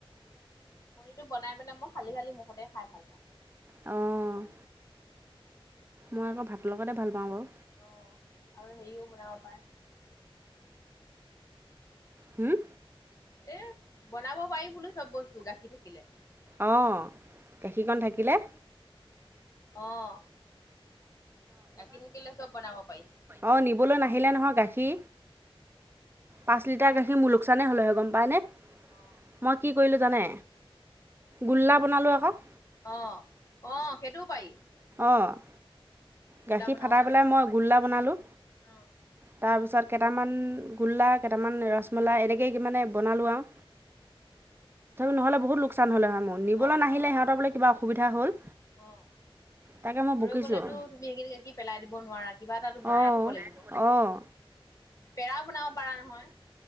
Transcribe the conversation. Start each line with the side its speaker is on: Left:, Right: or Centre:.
Left: পনীটো বনাই পেলাই, মই খালি-খালি মুখতে খাই ভাল পাওঁ।
Right: অ'। মই আকৌ ভাতৰ লগতে ভাল পাওঁ বাৰু।
Left: অ', আৰু হেৰিও বনাব পাৰে।
Right: হুম?
Left: এ বনাব পাৰি বোলো চব বস্তু, গাখীৰ থাকিলে।
Right: অ', গাখীৰকণ থাকিলে
Left: অ', গাখীৰ থাকিলে চব বনাব পাৰি।
Right: অ', নিবলৈ নাহিলে নহয় গাখী। পাঁচ লিটাৰ গাখীৰ মোৰ লোকচানেই হ'ল হয়, গম পায়নে?
Left: অ'।
Right: মই কি কৰিলোঁ জানে, গোল্লা বনালোঁ আকৌ।
Left: অ', অ', সেইটোও পাৰি।
Right: অ',
Left: গোল্লা
Right: গাখীৰ
Left: বনাব
Right: ফাটাই পেলাই,
Left: পাৰি।
Right: মই গোল্লা বনালোঁ।
Left: অ'
Right: তাৰপিছত কেইটামান গোল্লা, কেইটামান ৰসমলাই, এনেকেই মানে বনালোঁ আৰু। নহ'লে বহুত লোকচান হ'লে হয় মোৰ। নিবলৈ
Left: অ'
Right: নাহিলে
Left: অ'
Right: সিহঁতৰ বোলে কিবা অসুবিধা হ'ল,
Left: অ' অ'
Right: তাকে মই বকিছোঁ।
Left: ৰৈ গ'লেতো তুমি সেইখিনি গাখীৰ পেলাই দিব নোৱাৰা, কিবা এটাতো বনাই
Right: অঁ
Left: থব লাগিব।
Right: অঁ
Left: পেৰাও বনাব পাৰা নহয়।